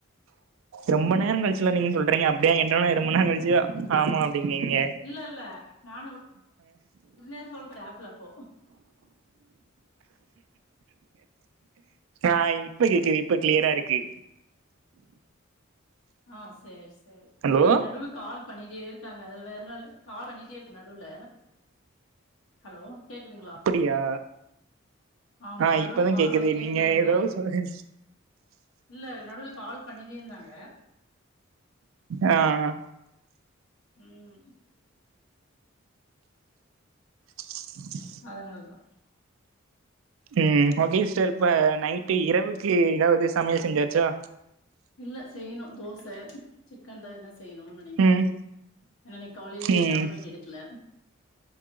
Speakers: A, on the right (about 80°); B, on the left (about 80°).
A: ரொம்ப நேரோ கழுச்சுல நீங்க சொல்றீங்க அப்டியான் கேட்டோனே ரொம்ப நேரோ கழுச்சு தா ஆமா அப்டீங்கீங்க
B: இல்ல இல்ல நானு உடனே சொல்றே ஆப்ல இப்போ
A: ஆ இப்ப கேக்குது இப்ப கிளியரா இருக்கு
B: ஆ சேர் சேர்
A: ஹலோ
B: அது நடுல கால் பண்ணிட்டே இருக்காங்க அது வேரனால கால் பண்ணிட்டே இருக்கு நடுல ஹலோ கேக்குதுங்களா
A: அப்டியா
B: ஆமா
A: ஆ
B: நடுவுல
A: இப்பதா
B: கால்
A: கேக்குது
B: வந்துனே
A: நீங்க
B: இருந்தா
A: எதோ சொல்லுங்க
B: இல்ல நடுல கால் பண்ணிட்டே இருந்தாங்க
A: ஆ ஆ
B: ம்
A: ம்
B: அதுனால தா
A: ம் ஓகே சிஸ்டர் இப்ப நைட்டு இரவுக்கு எதாவது சமையல் செஞ்சாச்சா
B: இல்ல செய்யணு தோச சிக்கன் தா எதுனா செய்ணு நெனைக்றே
A: ம்
B: நா இன்னைக் காலேலயே
A: ம்
B: நான்வெஜ் எடுக்கல